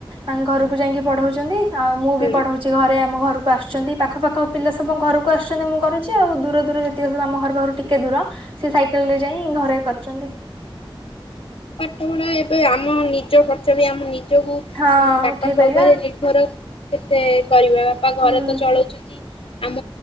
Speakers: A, on the right (about 85°); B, on the left (about 80°).
A: ଆ ଘରକୁ ଯାଇକି ପଢଉଛନ୍ତି? ଆଉ ମୁଁ ବି
B: ହୁଁ
A: ପଢଉଛି ଘରେ ଆମ ଘରକୁ ଆସୁଛନ୍ତି ପାଖ ପାାଖ ପିଲା ସବୁ ଘରକୁ ଆସୁଛନ୍ତି ମୁଁ କରୁଛି। ଆଉ ଦୂର ଦୂର ଯେତିକି ସବୁ ଆମ ଘର ବାହାରୁ ଟିକେ ଦୂର ସେ ସାଇକେଲ ରେ ଯାଇ ଘରେ କରିଛନ୍ତି।
B: ପାଠ ପଢା ଏବେ ଆମ ନିଜ ଖର୍ଚ୍ଚ ବି ଆମ ନିଜକୁ
A: ହଁ
B: ବାପାଙ୍କ
A: ଉଠେଇ ପାରିବା
B: ଉପରେ ଘର କେତେ କରିବା ବାପା ଘର
A: ହୁଁ
B: ତ ଚଳଉଛନ୍ତି ଆମ